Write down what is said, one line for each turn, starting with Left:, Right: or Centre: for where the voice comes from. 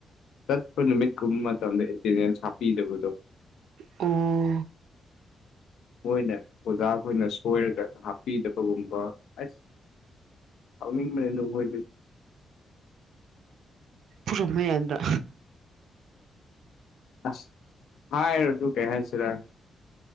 Left: ꯆꯠꯄ ꯅꯨꯃꯤꯠ ꯀꯨꯝꯕ ꯃꯇꯝꯗ ꯑꯦꯇꯦꯟꯗꯦꯟꯁ ꯍꯥꯞꯄꯤꯗꯕꯗꯣ
Right: ꯑꯣ
Left: ꯃꯣꯏꯅ ꯑꯣꯖꯥ ꯑꯩꯈꯣꯏꯅ ꯁꯣꯏꯔꯒ ꯍꯥꯞꯄꯤꯗꯕꯒꯨꯝꯕ ꯑꯁ <inaudible>
Right: ꯐꯨꯔꯝꯃꯨ ꯌꯥꯗ꯭ꯔꯥ
Left: ꯑꯁ ꯍꯔꯣꯁꯨ ꯀꯩ ꯍꯥꯏꯁꯤꯔꯥ